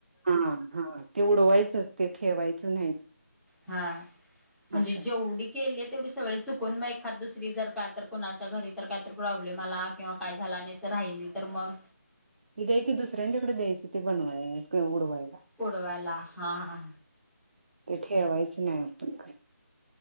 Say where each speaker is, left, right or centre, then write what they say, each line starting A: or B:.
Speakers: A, on the right; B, in the centre.
A: हा हा ते उडवायचंच ते ठेवायचं नाहीच
B: हा म्हणजे
A: असंय
B: जेवढी केली तेवढी सगळी चुकून मग एखाद दुसरी जर काय तर कणाच्या घरी तर काय तर प्रॉब्लेम आला किंवा काय झाला आणिर राहिली तर मग
A: ती द्यायची दुसऱ्यांच्याकडे द्यायची ते बनवाय उडवायची
B: पुडवायला हा हा हा
A: ते ठेवायचं नाही आपण काय